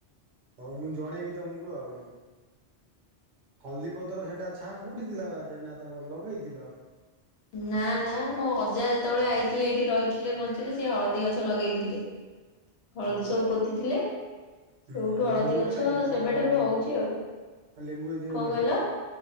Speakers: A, on the right; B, on the left.
A: ହଉ ମୁଁ ଜଣେଇବି ତୁମୁକୁ ଆଉ। ହଳଦୀ ପତ୍ର ସେଇଟା ଛାଁକୁ ଉଠିଥିଲା ବାରିରେ, ନା ତମର ଲଗେଇଥିଲ?
B: ନା-ନା ମୋ ଅଜା ଯେତେବେଳେ ଆଇଥିଲେ ଏଇଠି ରହିଥିଲେ ମଝିରେ ସିଏ ହଳଦୀ ଗଛ ଲଗେଇଥିଲେ। ହଳଦୀ
A: ଆଚ୍ଛା
B: ସବୁ ପୋତି ଥିଲେ।
A: ହୁଁ
B: ଯୋଉଠୁ
A: ଆଉ
B: ହଳଦୀ
A: ଲେମ୍ବୁ
B: ଗଛ
A: ହେଲାଣି ନା
B: ସେବେଠାରୁ
A: ନାଇଁ ଲେମ୍ବୁ ହେଇନି
B: ହଉଚି ଆଉ,
A: ଲେମ୍ବୁ ଏଦିନେ
B: କଣ
A: ହୁଏ
B: କହିଲ?
A: ନା